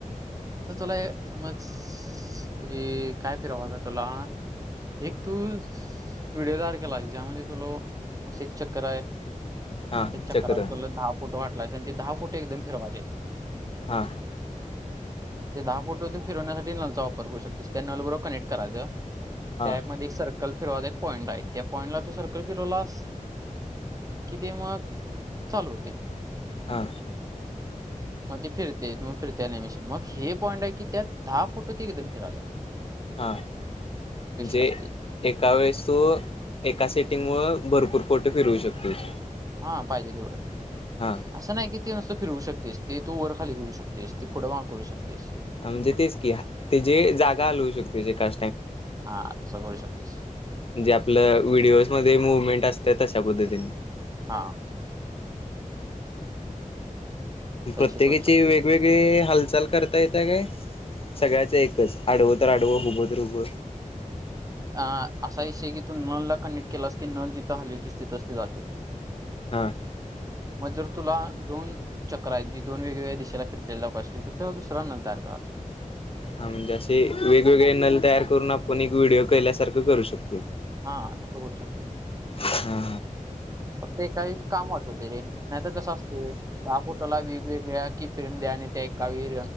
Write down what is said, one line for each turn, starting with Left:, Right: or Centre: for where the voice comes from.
Right: तर तुला हे समज की काय फिरवायचय तुला एक तू व्हिडिओ तयार केलायस ज्यामध्ये तुला असं एक चक्र आहे
Left: हा
Right: ते चक्रात
Left: चक्र
Right: तुला दहा फोटो घातलायस आणि ते दहा फोटो एकदम फिरवायचेत
Left: हा
Right: ते दहा फो फिरवण्यासाठी नलचा वापर करू शकतयस त्या नल बर कनेक्ट करायच
Left: हा
Right: त्या ॲप मध्ये एक सर् सर्कल फिरवायचा एक पॉईंट आहे त्या पॉईंट ला तू सर्कल फिरवलास कि ते मग चालू होतंय.
Left: हा
Right: मग ते फिरतंय म फिरते अनिमेशन मग हे पॉईंट आहे की त्यात दहा फोटो ते एकदम फिराल्यात.
Left: हा जे
Right: असतो
Left: एका वेळेस तो एका सेटिंग मुळ भरपूर फोटो फिरवू शकतोस.
Right: हा पाहिजे तेवढं
Left: हा
Right: असं नाही की ते असं फिरवू शकतेस, ते तू वर खाली करू शकतेस, ते पुढमाग करू शकतेस.
Left: हा म्हणजे तेच की ते जे जागा हलवू शकते जे काय
Right: हा. असं बोलू शकतेस.
Left: जे आपलं व्हिडिओ ज मध्ये मुवमेंट असत तशा पद्धतीने
Right: हा. असा
Left: प्रत्येकाची
Right: विषय करू शकतेस
Left: वेगवेगळे हाल चाल करता येत काय सगळ्याच, एकच आडव तर आडव हुब तर हुब
Right: अ असा विषय की तू नळला, कनेक्ट केलास की नळ जिथ तो हलीवीती स्थित असली जाते.
Left: हा.
Right: मग जर तुला दोन चक्र आहेत, जी दोन वेगवेगळ्या दिशेला फिरते जऊ असली तर त दुसरा नलदार
Left: हा म्हणजे असे वेगवेगळे नल तयार करून आपण एक व्हिडिओ केल्यासारखं करू शकतो.
Right: हा तसं बोलू शकते.
Left: हा
Right: फक्त एका कामात होते रे नाहीतर, कसं असते दहा फोटाला वेगवेगळ्या की फिल्म द्या आणि त्या एकावी